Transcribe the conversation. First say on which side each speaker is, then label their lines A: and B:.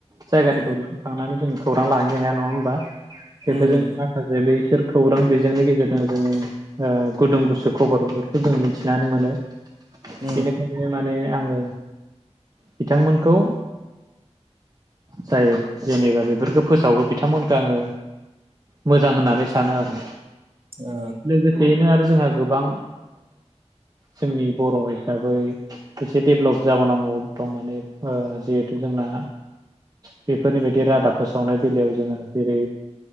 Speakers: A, on the right; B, on the right.
A: जायगानिखौ
B: उम
A: थांनानै दोन। खौरां ला। हाया नङा होमबा। <unintelligible>
B: उम
A: माखासे बैफोर खौरां बिजोंनि गेजेरजों जोङो गुदुं गुसु खबर बेफोरखौ जों मिथिनानै मोनो।
B: उम
A: बिनिखायनो माने। आङो बिथांमोनखौ जाय जेनेबा बेफोरखौ फोसावो। बिथांमोनखो आङो मोजां होननानै सानो आरो।
B: ओ
A: लोगोसेयैनो आ। जोंहा गोबां जोंनि बर' हिसाबै एसे डेभेलप जाबोनांगौ दं माने जिहेथु जोंना बेफोरनि बायदि रादाब फोसावनाय बेलायाव। जोङो जेरै